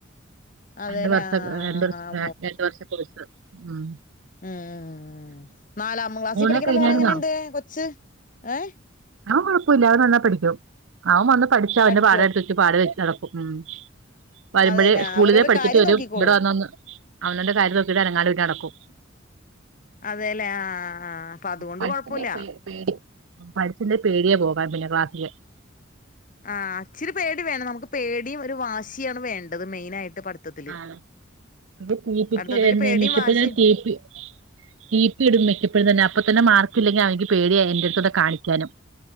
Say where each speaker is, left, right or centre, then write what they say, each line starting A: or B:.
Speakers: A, on the left; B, on the right.
A: അതെല്ലേ
B: രണ്ടു വർഷ
A: ആഹ്
B: രണ്ടു
A: ആഹ്
B: വർഷം
A: ആഹ്
B: ര രണ്ട് വർഷത്തെ കോഴ്സ് ഉം
A: ഉം ഉം നാലാം ക്ലാസ്സിൽ
B: ഊണ്
A: പഠിക്കണ
B: കഴിഞ്ഞായിരുന്നോ
A: മോള് എങ്ങനെണ്ട് കൊച്ച് ഏഹ്
B: അവൻ കുഴപ്പമില്ല അവൻ നന്നായി പഠിക്കും അവൻ വന്ന് പഠിച്ച അവന്റെ
A: പഠിക്കോ
B: പാഠം എടുത്ത് വെച്ച് പാട് വെച്ച നടപ്പും ഉം വരുമ്പഴേ
A: അതെല്ലേ
B: സ്കൂളിലേ
A: അവരൊരു
B: പഠിച്ചിട്ട്
A: കാര്യം
B: വരും
A: നോക്കിക്കോളും
B: ഇവിടെ വന്ന ഒന്ന് അവനവന്റെ കാര്യം നോക്കിട്ട് അനങ്ങാണ്ട് പിന്നെ നടക്കും
A: അതെല്ലേ ആഹ് ആഹ് അപ്പൊ അതുകൊണ്ട്
B: പഠിച്ചില്ലേ
A: കൊഴപ്പില്ല
B: പേ പേടി പഠിച്ചില്ലേ പേടിയാ പോകാൻ പിന്നെ ക്ലാസ്സില്
A: ആ ഇച്ചിരി പേടി വേണം നമുക്ക് പേടിയും ഒരു വാശിയാണ് വേണ്ടത് മെയിനായിട്ട് പഠിത്തത്തില്
B: ആ അ <unintelligible>
A: പഠിത്തത്തില് പേടിയും
B: മിക്കപ്പോഴും
A: വാശിയും
B: <unintelligible> തന്നെ അപ്പൊ തന്നെ മാർ പല്ലെങ്കി അവക്ക് പേടിയായി എൻ്റെടുത്ത് ഒന്ന് കാണിക്കാനും